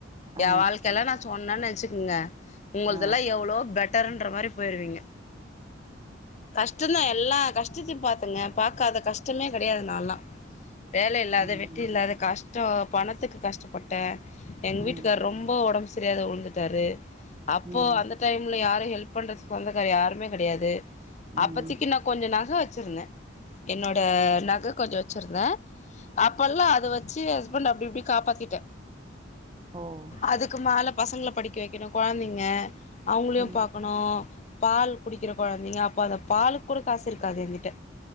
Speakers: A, on the right (about 25°); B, on the left (about 35°).
A: ஆ
B: என் வாழ்க்கல்லா நா சொன்னேன்னு வெச்சுக்கங்க உங்களதெல்லா
A: ஆ
B: எவ்ளோ பெட்டருன்ற மாரி போய்ருவீங்க கஷ்டம்தா எல்லா கஷ்டத்தையு பாத்துங்க பாக்காத கஷ் டமே கெடையாது நாலா வேல இல்லாத
A: ஆமேங்க
B: வெட்டி இல்லாத கஷ்டம் பணத்துக்கு கஷ்டப்பட்டே எங்க வீட்டுக்கார்
A: ம்
B: ரொம்ப ஒடம்பு தெரியாத உழுந்துட்டாரு அப்போ
A: ம்
B: அந்த டைம்ல யாரு ஹெல்ப் பண்ணுறதுக்கு சொந்தக்காரு யாருமே கெடையாது
A: ம்
B: அப்பத்திக்கு நா கொஞ்சம் நக வச்சிருந்தே என்னோட
A: ம்
B: நக கொஞ்சம் வச்சிருந்தே அப்பல்லா அது வச் சு ஹஸ்பண்டு அப்டி இப்டி காப்பாத்திட்டே
A: ஓ
B: அதுக்கு மேல பசங்கள படிக்க வைக்கணு கொழந்தைங்க அவங்களையு
A: ம்
B: பாக்கணு பால் குடிக்கிற கொழ நீங்க அப்பாலம் பாலுக் கூட காசு இருக்காது எங்கிட்ட